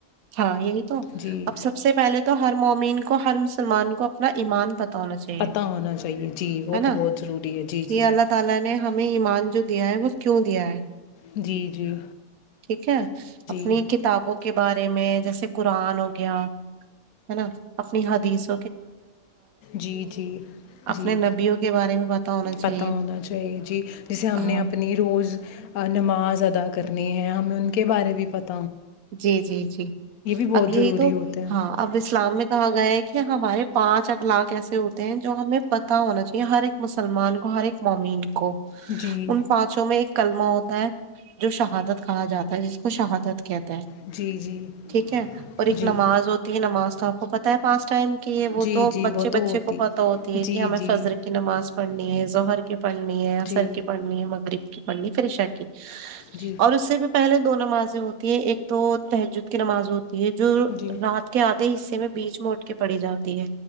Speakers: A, on the right; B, on the left.
A: ہاں یہی تو
B: جی
A: اب سب سے پہلے تو ہر مومین کا کو ہر مسلمان کو اپنا ایمان پتا ہونا چاہیے
B: پتہ ہونا چاہیے جی وہ
A: ہے
B: تو
A: نا
B: بہت ضروری ہے جی
A: کہ
B: جی
A: اللہ تعا لا نے ہمیں ایمان جو دیا ہے بس کیوں دیا ہے
B: جی جی
A: ٹھیک ہے اپنی
B: جی
A: کتابوں کو کے بارد <unintelligible> میں جیسے قرآن ہو گیا ہے نا اپنی حدیث
B: جی جی
A: اپنے
B: جی
A: نبیوں کے بارے میں پتا ہونا چاہیے
B: پتا ہونا چاہیے جی جیسے ہم
A: ہاں
B: نے اپنی روز نماز اد کرنی ہے ہمیں ان کے بارے بھی پتا
A: جی جی جی
B: بہت
A: اب یہی
B: ضروری
A: تو
B: ہوتا ہے
A: ہاں اب اسلام میں کہا گیا ہے کہ ہمارے پانچ اخلاق ایسے ہوتے ہیں جو ہمیں پتا ہونا چاہیے ہر ایک مسلمان کو ہر ایک مومین کو
B: جی
A: ان پانچوں میں ایک کلمہ ہوتا ہے جو شہادت کہا جاتا ہے جس کو شہادت کہتے
B: جی جی
A: ٹھیک ہے اور ایک
B: جی
A: نماز ہوتی ہے نماز کا تو پتا ہے پانچ ٹائم کہ وہ
B: جی
A: تو
B: جی
A: بچے
B: وہ تو
A: بچے
B: ہوتی
A: کو پتہ ہوتی
B: جی
A: ہے کہ ہمیں
B: جی
A: فضر کی نماز پڑھنی ہے ظہر کی پڑھنی ہے عصر
B: جی
A: کی پڑھنی ہے مغرب کی پڑھنی ہے پھر عشا کی
B: جی
A: اور اس سے بھی پہلے دو نمازیں ہوتے ایک تو تہجد کی نماز ہوتی ہے جو
B: جی
A: رات کے آدھے حصے میں بیچ میں اٹھ کے پڑھی جاتی ہے